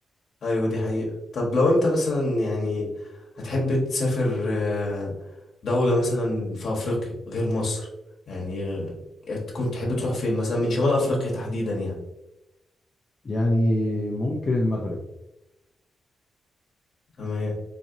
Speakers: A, on the left (about 50°); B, on the left (about 25°).
A: ايوه دي حقيقة طب لو انت مثلا يعني هتحب تسافر آه، دولة مثلا في افريقيا غير مصر يعني آه، تكون تحب تروح فين مثلا من شمال افريقيا تحديدا يعني
B: يعني ممكن المغرب
A: تمام